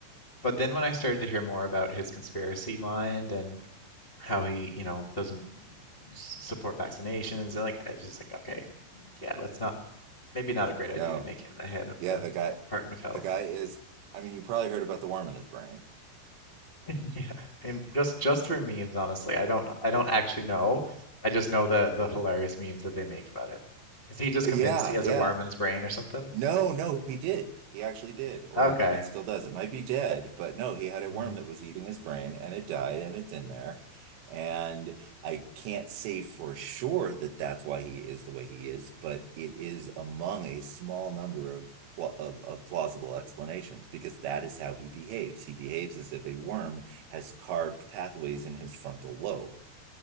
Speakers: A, on the left; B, on the right.
A: But then when I started to hear more about his conspiracy mind and how he, you know, doesn't s- support vaccinations and like, I was just like, okay, yeah, let's not, maybe not a great idea
B: No,
A: to make him the head of
B: yeah,
A: the
B: the guy
A: Department of Health.
B: the guy is I mean, you probably heard about the worm in his brain.
A: <laughs> Yeah, and just just for memes, honestly. I don't I don't actually know. I just know the the hilarious memes that they make about it. Is he just
B: Yeah,
A: convinced he has
B: yeah.
A: a worm in his brain or something?
B: No, no, he did. He actually did, or
A: Okay.
B: even still does. It might be dead, but no, he had a
A: Mm,
B: worm that was eating his brain and it died and it's in there. And I can't say for sure that that's why he is the way he is, but it is among a small number of pla- of, of plausible explanations because that is how he behaves. He behaves as if a worm has carved pathways in his frontal lobe.